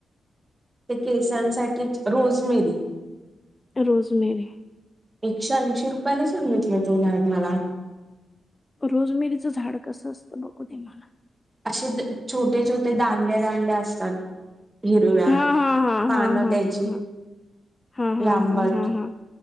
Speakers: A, on the right; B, on the left.
A: ते केसांसाठीच रोजमेरी
B: रोज मेरी
A: एकशे ऐंशी रुपयाला सांगितलं ते झाड मला
B: रोजमिरीच झाड कसं असतं बघू ते म्हाला
A: असे छोटे छोटे दांड्या दांड्या असतात हिरव्या
B: हा हा हा
A: पानं
B: हा हा
A: त्याची
B: हा हा हा
A: लांबट
B: हा हा हा